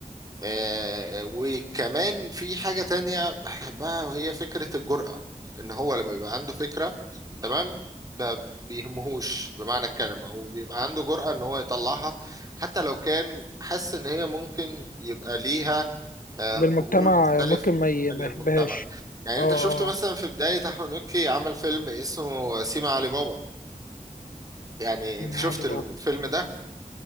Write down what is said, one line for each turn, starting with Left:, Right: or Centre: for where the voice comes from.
Right: آه، وكمان في حاجه تانية بحبها وهي فكره الجرأه ان هو لما بيبقى عنده فكره تمام ما بيهمهوش بمعنى الكلمه وبيبقى عنده جرأه ان هو يطلعها حتى لو كان حس ان هي ممكن يبقى ليها آه،
Left: للمجتمع
Right: قبول مختلف
Left: ممكن ما ي- ما
Right: للمجتمع
Left: يحبهاش
Right: يعني
Left: اه
Right: انت
Left: اه
Right: شفت مثلا
Left: آه.
Right: في بداية احمد مكي عمل فيلم اسمه سيما علي بابا يعني
Left: في
Right: انت
Left: معالي
Right: شفت
Left: بابا
Right: الفيلم ده